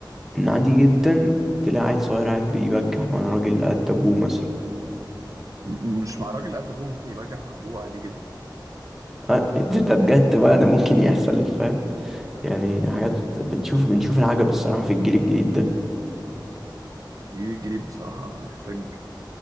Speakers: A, in the centre; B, on the right.
A: ان عادي جدا تلاقي عيل صغير قاعد بيبجح مع راجل قد ابوه مثلا
B: م- مش مع راجل قد ابوه ممكن يبجح مع ابوه عادي جدا
A: آه، ده ده بجد بقى ده ممكن يحصل فاهم يعني
B: م-
A: حاجات بتشوف بنشوف العجب الصراحة في الجيل الجديد ده
B: الجيل الجديد بصراحه محتاج